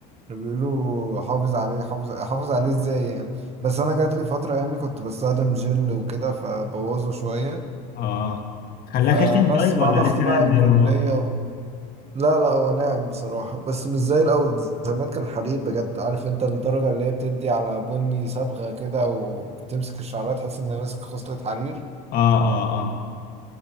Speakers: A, on the right (about 30°); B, on the left (about 45°).
A: كانوا بيقولوا حافظ عليه حافظ حافظ عليه ازاي يعني بس انا جات لي فترة يعني كنت بستخدم جل وكده فبوظه شوية
B: اه خلاك
A: فبس
B: خشن طيب
A: مع
B: ولا
A: ضغط
B: لسه
A: بقى
B: ناعم
A: الكلية
B: زي ما هو اه
A: لا لا هو ناعم بصراحة بس مش زي الأول زمان كان حرير بجد عارف انت الدرجة اللي هي بتدي على بني صبغة كده وبتمسك الشعرات تحس ان ماسك خصلة حرير
B: اه اه